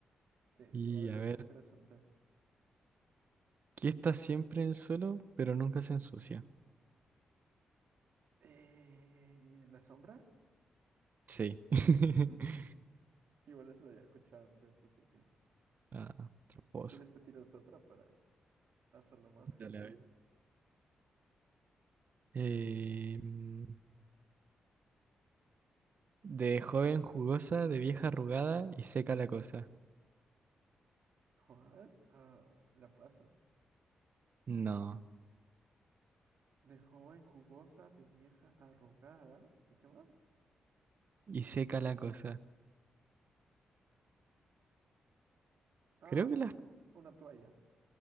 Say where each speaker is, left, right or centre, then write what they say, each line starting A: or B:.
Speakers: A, on the right (about 70°); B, on the right (about 55°).
A: Sí,
B: Y
A: sí, igual eso
B: a
A: está
B: ver,
A: interesante.
B: ¿qué está siempre en el suelo, pero nunca se ensucia?
A: Eh, ¿la sombra?
B: Sí. <laughs>
A: <laughs> Igual eso lo había escuchado antes, así que
B: Ah, tramposo.
A: si quieres te tiras otra para hacerlo más justo.
B: Dale, a ver. Eh, mm, De joven jugosa, de vieja arrugada y seca la cosa.
A: ¿What? Ah, la pasa.
B: No.
A: De joven jugosa, de vieja arrugada. ¿Y qué más?
B: Y seca la cosa.
A: Ah,
B: Creo que las...
A: u- una toalla.